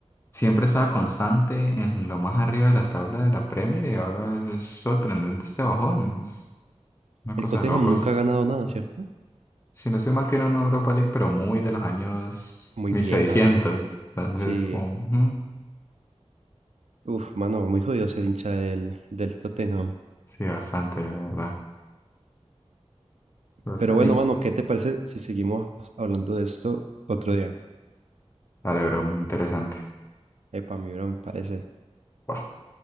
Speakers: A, on the left; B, on the right.
A: siempre estaba constante en lo más arriba de la tabla de la Premier y ahora es sorprendente este bajón, es una
B: El
A: cosa
B: Tottenham
A: de locos.
B: nunca ha ganado nada, ¿cierto?
A: Si no estoy mal, tiene una Europa League, pero muy de los años
B: Muy
A: mil
B: vieja.
A: seiscientos Entonces,
B: Sí.
A: como, ujú,
B: Uf, mano, muy jodido ser hincha del, del Tottenham.
A: sí, bastante, la verdad. Basta-
B: Pero bueno,
A: y
B: mano, ¿qué te parece si seguimos hablando de esto otro día?
A: la de muy interesante.
B: Epa, mi bro, me parece.
A: Wow.